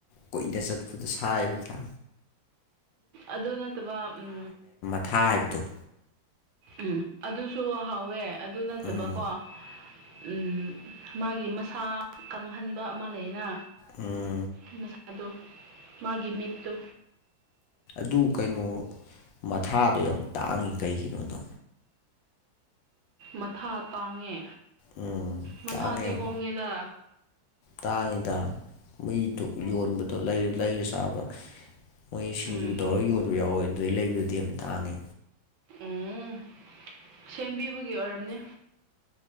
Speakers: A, on the left; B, on the right.
A: ꯀꯨꯏꯅ ꯆꯠꯄꯗꯣ ꯁꯥꯏꯕꯗ
B: ꯑꯗꯨ ꯅꯠꯇꯕ ꯎꯝ
A: ꯊꯥꯢꯕꯗꯣ
B: ꯎꯝ ꯑꯗꯨꯁꯨ ꯍꯥꯎꯋꯦ ꯑꯗꯨ ꯅꯠꯇꯕ
A: ꯎꯝ
B: ꯀꯣ ꯎꯝ ꯃꯥꯒꯤ ꯃꯁꯥ ꯀꯪꯍꯟꯕ ꯑꯃ ꯂꯩꯌꯦꯅ
A: ꯎꯝ
B: ꯃꯁꯥꯗꯣ ꯃꯥꯒꯤ ꯃꯤꯠꯇꯣ
A: ꯑꯗꯨ ꯀꯩꯅꯣ ꯃꯊꯥꯗꯣ ꯌꯥꯝ ꯇꯥꯡꯉꯤ ꯀꯩꯒꯤꯅꯣꯗꯣ
B: ꯃꯊꯥ ꯇꯥꯡꯉꯦ
A: ꯎꯝ
B: ꯃꯊꯥꯗꯤ
A: ꯇꯥꯡꯉꯦ ꯌꯥꯝ
B: ꯍꯣꯡꯉꯦꯗ
A: ꯇꯥꯡꯉꯤꯗ ꯃꯤꯗꯨꯝ ꯌꯣꯟꯕꯗꯣ ꯂꯩꯔ ꯂꯩꯔ ꯆꯥꯕ ꯃꯣꯏ ꯁꯤꯡꯖꯨ
B: ꯎꯝ
A: ꯇꯧꯔꯒ ꯌꯣꯟꯕ ꯌꯥꯎꯋꯦ ꯑꯗꯨꯗꯩ ꯂꯩꯕꯗꯨꯗꯤ ꯌꯥꯝ ꯇꯥꯡꯉꯦ
B: ꯎꯝ ꯁꯦꯝꯕꯤꯕꯒꯤ ꯑꯣꯏꯔꯝꯅꯤ